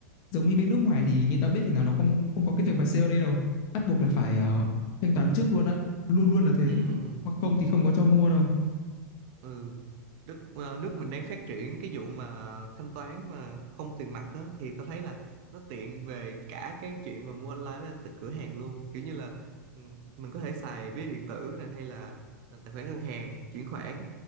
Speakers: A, on the left (about 40°); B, on the right (about 45°).
A: giống như bên nước ngoài thì như tao biết thì là nó không không có cái việc mà COD đâu bắt buộc là phải ờ, thanh toán trước luôn á luôn luôn là thế
B: ừ
A: hoặc không thì không có cho mua đâu
B: ừ nước ờ, nước mình đang phát triển cái vụ mà thanh toán mà không tiền mặt á thì tao thấy là nó tiện về cả cái chuyện mà mua online với từ cửa hàng luôn kiểu như là ừm, mình có thể xài ví điện tử nè hay là ờ, tài khoản ngân hàng chuyển khoản